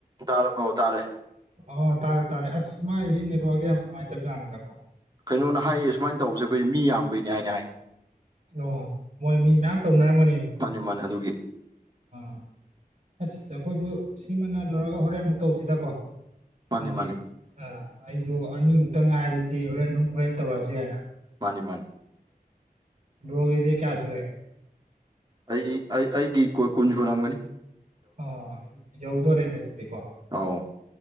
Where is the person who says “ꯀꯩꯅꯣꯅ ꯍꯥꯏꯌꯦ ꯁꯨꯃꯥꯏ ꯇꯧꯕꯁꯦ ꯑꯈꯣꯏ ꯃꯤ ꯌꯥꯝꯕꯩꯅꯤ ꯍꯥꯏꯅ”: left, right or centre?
Right